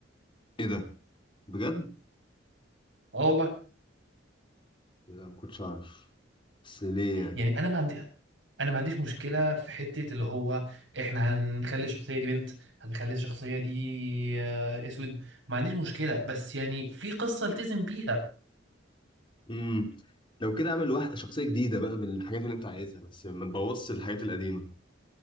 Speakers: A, on the left; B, on the right.
A: ايه ده بجد
B: اه والله
A: لا ما كنتش اعرف بس ليه يعني
B: يعني انا ما عندي انا ما عنديش مشكله في حته اللي هو احنا هنخلي الشخصيه دي بنت هنخلي الشخصيه دي آه، اسود ما عنديش مشكله بس يعني في قصه التزم بيها
A: امم لو كده اعمل واحده شخصيه جديده بقى من الحاجات اللي انت عايزها بس ما تبوظش الحاجات القديمه